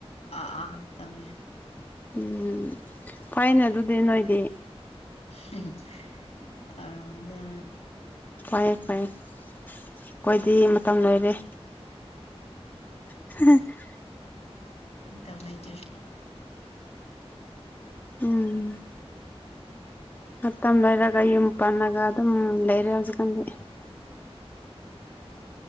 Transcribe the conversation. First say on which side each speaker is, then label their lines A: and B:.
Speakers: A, on the left (about 85°); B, on the left (about 15°).
A: ꯑꯥ ꯑꯥ ꯇꯝꯃꯤ
B: ꯎꯝ ꯐꯩꯅꯦ ꯑꯗꯨꯗꯤ ꯅꯣꯏꯗꯤ
A: ꯍꯨ ꯍꯨ ꯄꯔꯝꯃꯣꯏꯗ
B: ꯐꯩꯌꯦ ꯐꯩꯌꯦ ꯑꯩꯈꯣꯏꯗꯤ ꯃꯇꯝ ꯂꯣꯏꯔꯦ <unintelligible>
A: ꯃꯇꯝ ꯂꯩꯇ꯭ꯔꯁꯨ
B: ꯎꯝ ꯃꯇꯝ ꯂꯣꯏꯔꯒ ꯌꯨꯝ ꯄꯥꯜꯂꯒ ꯑꯗꯨꯝ ꯂꯩꯔꯦ ꯍꯧꯖꯤꯛꯀꯥꯟꯗꯤ